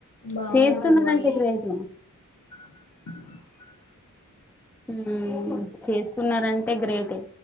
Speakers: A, on the left; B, in the centre.
A: బాగుంటారు
B: చేస్తున్నారంటే
A: వాళ్ళు
B: గ్రేటు
A: <inaudible>
B: ఊ చేస్కున్నారంటే గ్రేటే